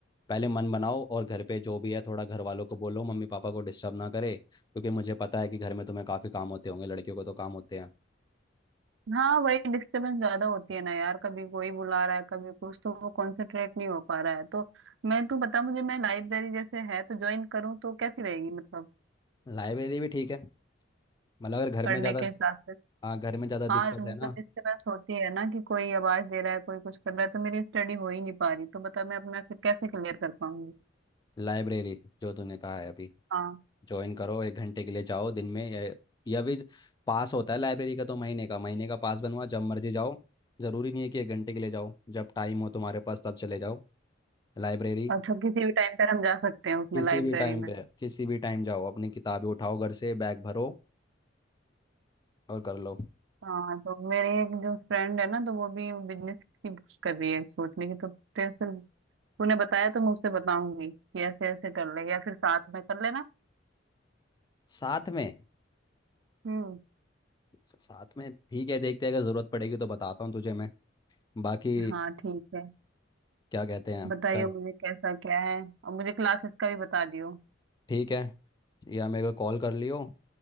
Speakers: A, on the left; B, on the right.
A: पहले मन बनाओ और घर पे जो भी है थोड़ा घर वालों को बोलो मम्मी पापा को डिस्टर्ब ना करे क्योंकि मुझे पता है कि घर में तुम्हें काफ़ी काम होते होंगे लड़कियों को तो काम होते हैं
B: हाँ वही डिस्टरबेंस ज्यादा होती है ना यार कभी कोई बुला रहा है कभी कुछ तो वो कंसंट्रेट नहीं हो पा रहा है तो मैं तू बता मुझे मैं लाइब्रेरी जैसे है तो ज्वाइन करूँ तो कैसी रहेगी मतलब
A: लाइब्रेरी भी ठीक है मतलब अगर घर
B: पढ़ने
A: में ज़्यादा
B: के हिसाब से
A: हाँ घर में ज़्यादा
B: हाँ
A: दिक्कत
B: मतलब
A: है ना
B: डिस्टर्बेंस होती है ना कि कोई आवाज दे रहा है कोई कुछ कर रहा है तो मेरी स्टडी हो ही नहीं पा रही तो बता मैं अपना फिर कैसे क्लियर कर पाऊंगी
A: लाइब्रेरी जो तूने कहा है अभी
B: हाँ
A: ज्वाइन करो एक घंटे के लिए जाओ दिन में या, या भी पास होता है लाइब्रेरी का तो महीने का महीने का पास बनवा जब मर्जी जाओ जरूरी नहीं है कि एक घंटे के लिए जाओ जब टाइम हो तुम्हारे पास तब चले जाओ लाइब्रेरी
B: अच्छा किसी भी टाइम पर हम जा सकते हैं उसमें
A: किसी
B: लाइब्रेरी
A: भी टाइम
B: में
A: पे किसी भी टाइम जाओ अपनी किताबें उठाओ घर से बैग भरो और कर लो
B: हाँ तो मेरी एक जो फ्रेंड है ना तो वो भी बिजनेस की बुक्स कर रही है सोचने की तो तेरे से तूने बताया तो मैं उससे बताऊंगी कि ऐसे ऐसे कर ले या फिर साथ में कर लेना
A: साथ में
B: हम्म
A: साथ में ठीक है देखते हैं अगर जरूरत पड़ेगी तो बताता हूँ तुझे मैं बाकी
B: हाँ ठीक है
A: क्या कहते हैं
B: बताइए
A: कर
B: मुझे कैसा क्या है और मुझे क्लासेस का भी बता दियो
A: ठीक है या मेरे को कॉल कर लियो